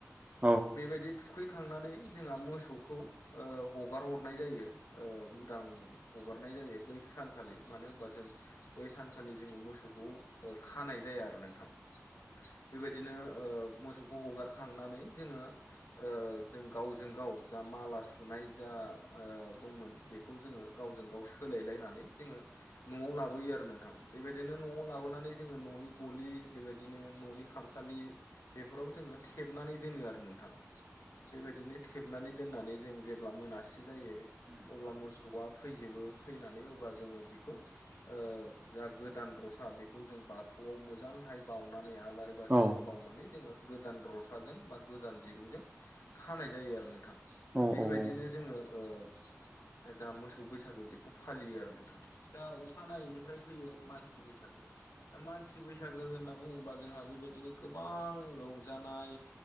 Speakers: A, on the right; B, on the left.
A: औ
B: बेबायदि थुखै फखांनानै जोंहा मोसौखौ ओ हगार हरनाय जायो ओ उदां हगारनाय जायो बै सानखालि मानो होनबा जों बै सानखालि जोङो मोसौखौ ओ खानाय जाया आरो नोंथां। बेबायदिनो ओ मोसौखौ हगारखांनानै जोङो ओ जों गावजों गाव जा माला सुनाय जा ओ दंमोन बेखौ जोङो गावजों गाव सोलायलायनानै जोङो न'आव लाबोयो आरो नोंथां बेबायदिनो न'आव लाबोनानै जोङो न'नि गलि बेबायदिनो न'नि खामसालि बेफोराव जोङो थेबनानै दोनो आरो नोंथां। बेबायदिनो थेबनानै दोननानै जों जेब्ला मोनासि जायो अब्ला मोसौआ फैजोबो फैनानै अब्ला जोङो बेखौ ओ जा गोदान रसा बेखौ जों बाथौआव मोजांहाय बावनानै आरो आलारि बाथिजों
A: औ
B: बावनानै जोङो गोदान रसाजों बा गोदान दिरुंजों खानाय जायो आरो नों थां
A: औ
B: बेबायदिनो
A: औ
B: जोङो ओ जा मोसौ बैसागो बेखौ फालियो आरो नोंथां। दा अखानायैनिफ्राय फैयो मानसि बैसागो। दा मानसि बैसागो होनना बुङोबा जोंहा बेबायदिनो गोबां रंजानाय